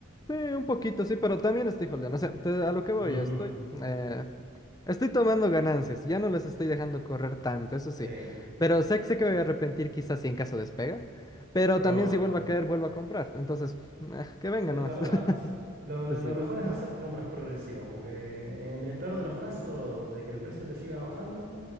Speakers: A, on the left (about 20°); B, on the right (about 45°).
A: Sí, un poquito, sí, pero también estoy holdeando. O sea, te- a lo que voy,
B: Ujú,
A: estoy, eh, estoy tomando ganancias. Ya no las estoy dejando correr tanto, eso
B: Sí,
A: sí. Pero sé, sé que me voy a arrepentir quizás si en caso despega. Pero
B: pero
A: también si vuelve a caer, vuelvo a comprar. Entonces, eh, que venga
B: es
A: nomás.
B: verdad.
A: <laughs>
B: Lo,
A: Sí,
B: lo
A: sí,
B: mejor es hacer compras progresivas, porque en el peor de los casos, de que el precio te siga bajando,